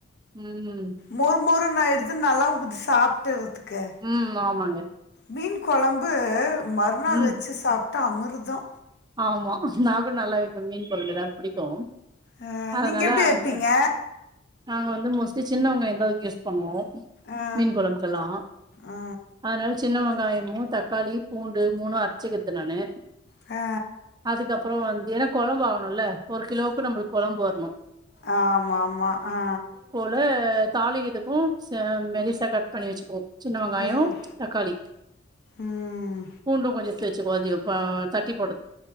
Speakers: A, on the right; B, on the left.
A: ம்
B: மொர் மொருநாயிருது நல்லா எடுத் சாப்ட்டறதுக்கு
A: ம் ஆமாங்க
B: மீன் குழம்பு மறுநாள்
A: ம்
B: வச்சு சாப்ட்டா அமிர்தோ
A: ஆமா நா கூட நல்லா வெப்பே மீன் குழம்பு எல்லாருக் புடிக்கு
B: ஆ
A: அதனால
B: நீங்க எப்டி வைப்பீங்க
A: <unintelligible> நாங்க வந்து மோஸ்ட்லி சின்னவங்காயந்தா எதாக்கு யூஸ் பண்ணுவோ
B: ஆ
A: மீன் குழம்புக்கெல்லாம்
B: ஆ
A: அதனால சின்ன வெங்காயமு தக்காளி பூண்டு மூணு அர்ச்சுக்து நானு
B: ஆ
A: அதுக்கப்புறோ வந்து ஏன்னா குழம்பு ஆகணுல்ல ஒரு கிலோவுக்கு நம்மளுக்கு கொழம்பு வர்ணு
B: ஆமாமா ஆ
A: த தாளிகிதுக்கு ச மெளிசா கட் பண்ணி வச்சுக்வோ சின்ன வெங்காயோ
B: ம்
A: தக்காளி
B: ம்
A: பூண்டு கொஞ்சோ வச்சு கொ தி எப்போ தட்டி போடு